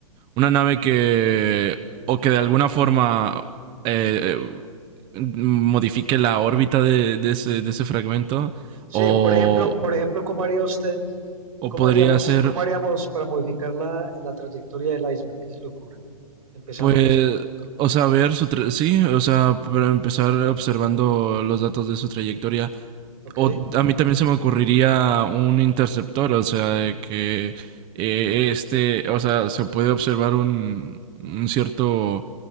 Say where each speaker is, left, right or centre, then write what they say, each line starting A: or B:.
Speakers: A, on the right; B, on the right.
A: una nave que, o que de alguna forma eh, eh, modifique la órbita de, de ese, de ese fragmento,
B: Sí,
A: o,
B: por ejemplo, por ejemplo, ¿cómo haría usted
A: o
B: ¿Cómo
A: podría
B: haríamos,
A: ser,
B: cómo haríamos para modificar la, la trayectoria del iceberg? ¿Qué se le ocurre? Empezando
A: pues,
B: por...
A: o sea, ver su, tra- sí, o sea, para empezar observando los datos de su trayectoria,
B: Ok,
A: O a mí también se me ocurriría un interceptor, o sea, de que eh, este, o sea, se puede observar un, un cierto